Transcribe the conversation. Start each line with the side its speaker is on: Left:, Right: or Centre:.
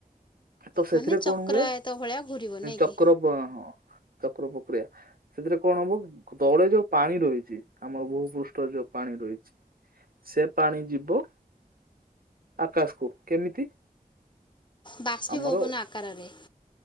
Right: ତ ସେଥିରେ
Left: ମାନେ ଚକ୍ରାୟତ
Right: କଣ ହୁଏ
Left: ଭଳିଆ ଘୁରିବ ନାଇଁ
Right: ଚକ୍ର
Left: କି
Right: ଅ ବ ହଁ। ଚକ୍ର ପ୍ରକ୍ରିୟା ସେଥିରେ କଣ ହବ ତଳେ ଯୋଉ ପାଣି ରହିଛି ଆମର ଭୂ ପୃଷ୍ଠ ଯୋଉ ପାଣି ରହିଛି ସେ ପାଣି ଯିବ ଆକାଶକୁ କେମିତି?
Left: ବାଷ୍ପୀ
Right: ଆମର
Left: ଭବନ ଆକାରରେ।